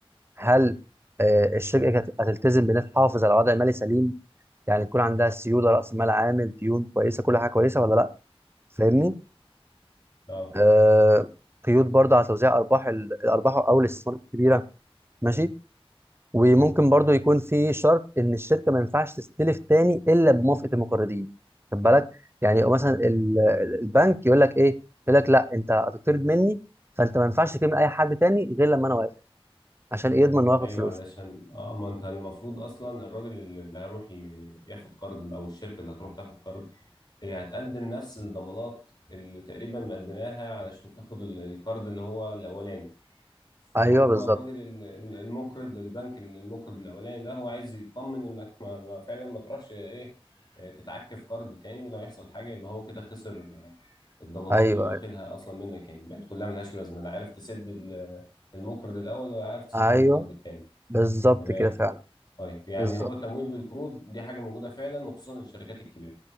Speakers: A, on the right; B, on the left.
A: هل آه، الشركه هت- هتلتزم بانها تحافظ على وضع مالي سليم يعني يكون عندها سيوله راس مال عامل ديون كويسه كل حاجه كويسه ولا لا فاهمني
B: أه
A: آه، قيود برضه على توزيع ارباح ال- الارباح او الاستثمارات الكبيره ماشي وممكن
B: مم.
A: برضو يكون في شرط ان الشركه ما ينفعش تستلف تاني الا بموافقه المقرضين خد بالك يعني مثلا ال-
B: مم.
A: البنك يقول لك ايه يقول لك لا انت هتقترض مني فانت ما ينفعش تكلم اي حد تاني غير لما انا وافق عشان ايه يضمن انه ياخد
B: أيوه
A: فلوسه
B: علشان أه ما أنت المفروض أصلا الراجل اللي اللي هيروح ي- ياخد قرض أو الشركة اللي هتروح تاخد قرض هي هتقدم نفس الضمانات اللي تقريبا مقدماها علشان تاخد ال- القرض اللي هو الأولاني فهو
A: ايوه بالظبط
B: الراجل ال- ال- المقرض البنك ال- المقرض الاولاني ده هو عايز يطمن انك ما ما فعلا ما تروحش ايه آه، تتعك في قرض تاني ولو هيحصل حاجه يبقى هو كده خسر الضمانات
A: ايوه
B: اللي واخدها
A: ايوه
B: اصلا منك يعني بقت كلها ملهاش لازمه لا عارف تسد ال- المقرض الاول ولا عارف تسد
A: ايوه
B: المقرض التاني
A: بالظبط
B: تمام
A: كده فعلا
B: طيب يعني
A: بالظبط
B: هو التمويل بالقروض دي حاجه موجوده فعلا وخصوصا للشركات الكبيره